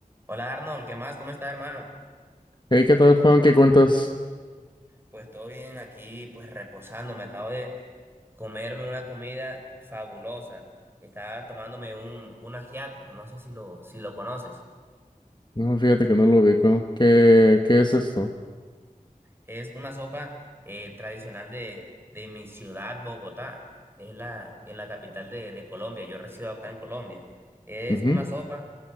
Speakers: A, on the right; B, on the left.
A: Hola Arnold, ¿qué más? ¿Cómo estás, hermano?
B: Hey, ¿qué tal, Juan? ¿Qué cuentas?
A: Pues todo bien aquí, pues reposando. Me acabo de comerme una comida fabulosa. Estaba tomándome un, un ajiaco, no sé si lo, si lo conoces.
B: No, fíjate que no lo ubico. ¿Qué, qué es esto?
A: Es una sopa eh, tradicional de, de mi ciudad, Bogotá. Es la, en la capital de, de Colombia. Yo resido acá en Colombia. Es
B: Ujú,
A: una sopa